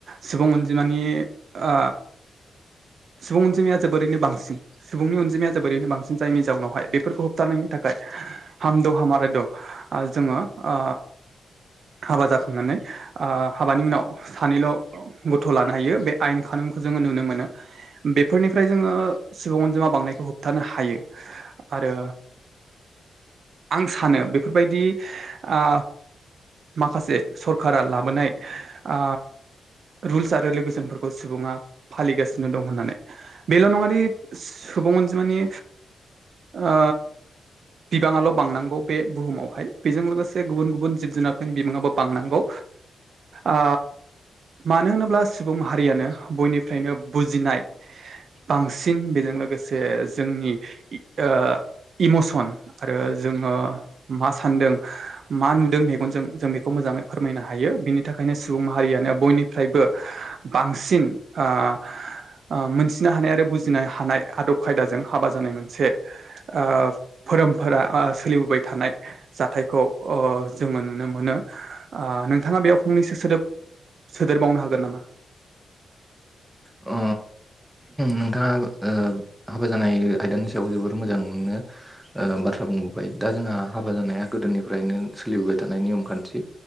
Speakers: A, on the right; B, in the centre.
A: सुबुं अनजिमानि आ सुबुं अनजिमाया जोबोरैनो बांसिन। सुबुंनि अनजिमाया जोबोरैनो बांसिन जायनि जाउनावहाय बेफोरखौ होबथानायनि थाखाय हाम द' हामारा द' ओ जोङो ओ हाबा जाखांनानै ओ हाबानि उनाव सानैल' गथ' लानो हायो बे आयेन खानुनखौ जोङो नुनो मोनो। बेफोरनिफ्राय जोङो सुबुं अनजिमा बांनायखौ होबथानो हायो। आरो आं सानो बेफोर बायदि आ माखासे सरकारा लाबोनाय ओ रुल्स आरो रेगुलेसनफोरखौ सुबुङा फालिगासिनो दं होननानै बेल' नङा दि सुबुं अनजिमानि ओ बिबाङाल' बांनांगौ बे बुहुमावहाय बेजों लोगोसे गुबुन गुबुन जिब जुनारफोरनि बिबाङाबो बांनांगौ आ मानो होनोब्ला सुबुं माहारियानो बयनिफ्रायनो बुजिनाय। बांसिन बेजों लोगोसे जोंनि ओ इमसन आरो जोङो मा सानदों। मा नुदों मेगनजों जों बेखौ मोजाङै फोरमायनो हायो बेनि थाखायनो सुबुं माहारियानो बयनि फ्रायबो बांसिन ओ ओ मोनथिनो हानाय आरो बुजिनो हानाय आदब खायदाजों हाबा जानाय मोनसे ओ फोरोमफोरा बा सोलिबोबाय थानाय जाथायखौ ओ जोङो नुनो मोनो आ नोंथाङा बेयाव फंनैसो सोदोब सोदेरबावनो हागोन नामा?
B: ओ नोंथाङा ओ हाबा जानाय आयदानि सायाव जोबोर मोजांनो ओ बाथ्रा बुंबोबाय दा जोंहा हाबा जानाया गोदोनिफ्रायनो सोलिबोबाय थानाय नियम खान्थि।